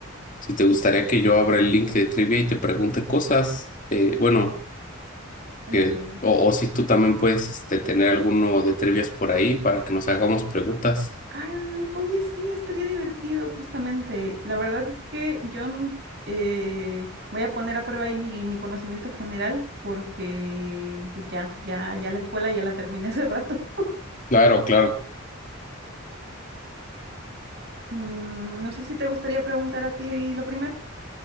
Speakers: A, on the left; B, on the right.
A: si te gustaría que yo abra el link de trivia y te pregunte cosas. Eh, bueno,
B: Mm.
A: que, o, o si tú también puedes este, tener alguno de trivias por ahí para que nos hagamos preguntas.
B: Ay, oye, sí, estaría divertido, justamente. La verdad es que yo n- eh, voy a poner a prueba ahí mi, mi conocimiento general, porque pues ya, ya, ya la escuela ya la terminé hace rato. <laughs>
A: Claro, claro.
B: Mm, no sé si te gustaría preguntar a ti lo primero.